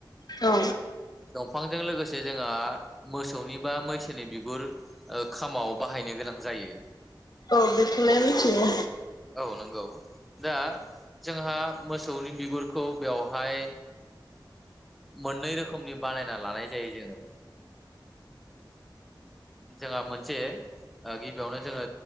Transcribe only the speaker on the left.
औ
औ बेखलायनोथियो